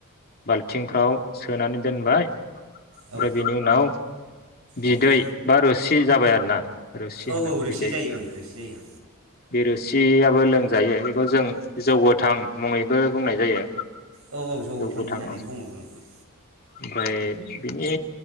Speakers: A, on the left (about 45°); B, on the right (about 75°).
A: बाल्थिंफ्राव सोनानै दोनबाय। ओमफ्राय
B: औ
A: बेनि उनाव बिदै
B: औ
A: बा रोसि जाबाय आरोना। रोसि
B: औ
A: होनो
B: रोसि
A: बिदै
B: जायो ओं
A: उम
B: रोसि जायो
A: बिरोसियाबो लोंजायो बेखौ जों जौगोथां मुङैबो बुंनाय जायो।
B: औ औ जौगोथां
A: जौ गोथां
B: होननानै
A: औ
B: बुङो औ।
A: ओमफ्राय बिनि